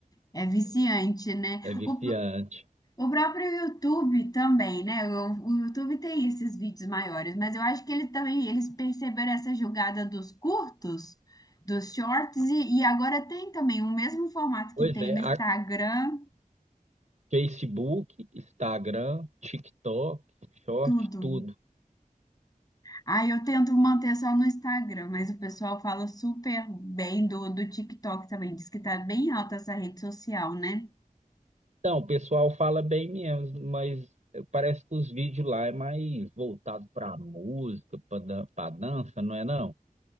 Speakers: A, on the left; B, on the right.
A: é viciante, né?
B: é viciante.
A: O O próprio YouTube também, né? O, o YouTube tem esses vídeos maiores, mas eu acho que ele também eles perceberam essa jogada dos curtos, dos shorts e, e agora tem também o mesmo formato
B: Pois
A: que tem
B: é,
A: no Instagram,
B: a- Facebook, Instagram, TikTok, Short,
A: tudo.
B: tudo.
A: Aí eu tento manter só no Instagram, mas o pessoal fala super bem do, do TikTok também, diz que tá bem alta essa rede social, né?
B: Não, o pessoal fala bem mesmo, mas parece que os vídeos lá é mais voltado para música, para dança, não é não?